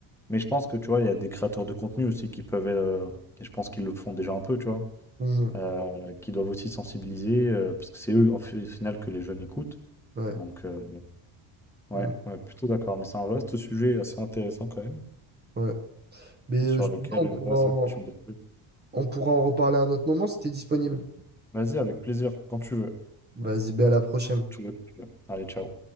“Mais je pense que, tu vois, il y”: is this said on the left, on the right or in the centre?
Centre